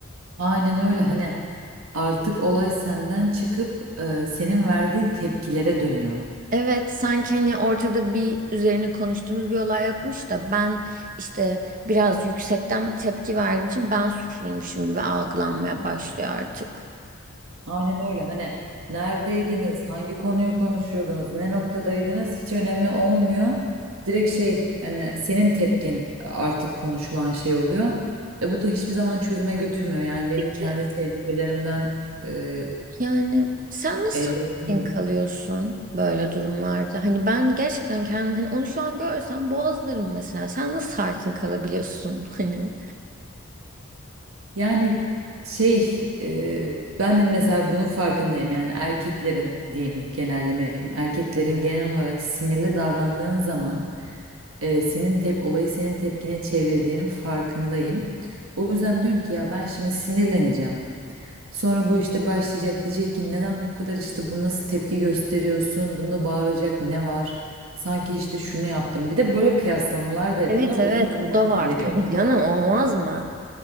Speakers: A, on the right (about 75°); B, on the right (about 40°).
A: Aynen öyle hani artık olay senden çıkıp e, senin verdiğin tepkilere dönüyor.
B: Evet, sanki hani ortada bir üzerine konuştuğumuz bir olay yokmuş da ben işte biraz yüksekten bir tepki verdiğim için ben suçluymuşum gibi algılanmaya başlıyor artık.
A: Aynen öyle hani neredeydiniz, hangi konuyu konuşuyordunuz, ne noktadaydınız hiç önemli olmuyor. Direkt şey hani senin tepkin artık konuşulan şey oluyor. E, bu da hiçbir zaman çözüme götürmüyor. Yani benim
B: Peki
A: kendi tecrübelerimden e,
B: yani sen nasıl
A: elde ettim.
B: sakin kalıyorsun böyle durumlarda? Hani ben gerçekten kendim hani onu şu an görsem boğazlarım mesela. Sen nasıl sakin kalabiliyorsun <laughs> hani?
A: Yani şey e, ben de mesela bunun farkındayım yani erkeklerin diyeyim genelleme yapayım erkeklerin genel olarak sinirli davrandığın zaman e, senin tep olayı senin tepkine çevirdiğinin farkındayım. O yüzden diyorum ki ya ben şimdi sinirleneceğim. Sonra bu işte başlayacak diyecek ki neden bu kadar işte bu nasıl tepki gösteriyorsun? Bunda bağıracak ne var? Sanki işte şunu yaptım. Bir de böyle kıyaslamalar da yapıyorlar.
B: Evet
A: O
B: evet
A: zaman
B: o
A: daha
B: da var
A: da deliriyor.
B: tabii canım olmaz mı?